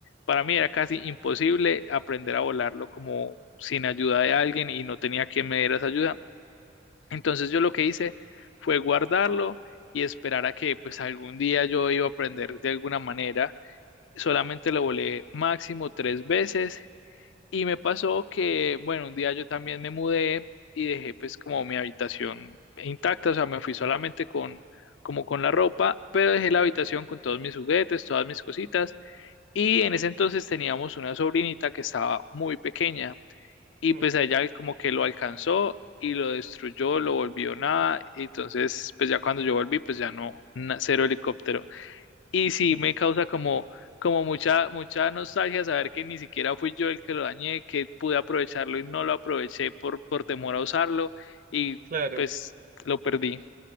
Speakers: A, on the left (about 75°); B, on the right (about 45°).
A: para mí era casi imposible aprender a volarlo como sin ayuda de alguien y no tenía quien me diera esa ayuda. Entonces yo lo que hice fue guardarlo y esperar a que pues algún día yo iba a aprender de alguna manera. Solamente lo volé máximo tres veces y me pasó que, bueno, un día yo también me mudé y dejé pues como mi habitación intacta, o sea, me fui solamente con como con la ropa, pero dejé la habitación con todos mis juguetes, todas mis cositas. Y en ese entonces teníamos una sobrinita que estaba muy pequeña y
B: ok,
A: pues a ella como que lo alcanzó y lo destruyó, lo volvió nada. y entonces, pues ya cuando yo volví, pues ya no, na- cero helicóptero. Y sí,
B: <laughs>
A: me causa como, como mucha, mucha nostalgia saber que ni siquiera fui yo el que lo dañé, que pude aprovecharlo y no lo aproveché por, por temor a usarlo y
B: claro.
A: pues lo perdí.